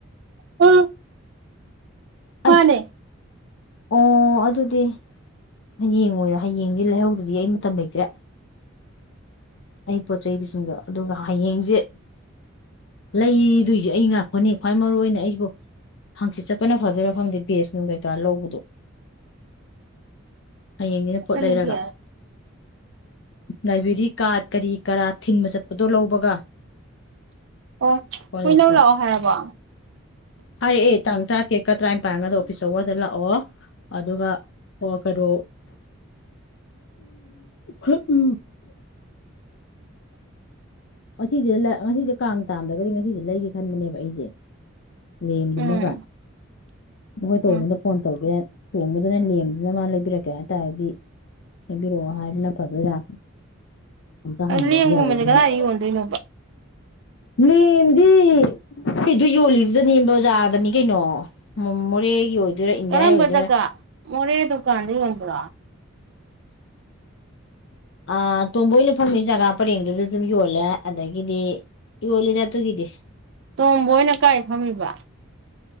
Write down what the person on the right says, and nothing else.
ꯎꯝ ꯃꯥꯅꯦ
ꯀꯔꯤ
ꯄꯤꯔꯛꯑꯦ
ꯑꯣ
ꯍꯣꯏ ꯂꯧ ꯂꯥꯛꯑꯣ ꯍꯥꯏꯔꯕꯣ
<inaudible>
ꯎꯝ
ꯎꯝ
ꯂꯦꯝꯒꯨꯝꯕꯁꯦ
ꯀꯗꯥꯏꯗ ꯌꯣꯟꯗꯣꯏꯅꯣꯕ
ꯀꯔꯝꯕ
ꯖꯒꯥ ꯃꯣꯔꯦ ꯗꯨꯀꯥꯟꯗ ꯌꯣꯟꯕ꯭ꯔꯣ
ꯇꯣꯝꯕ ꯑꯣꯏꯅ ꯀꯥꯏ ꯐꯝꯃꯤꯕ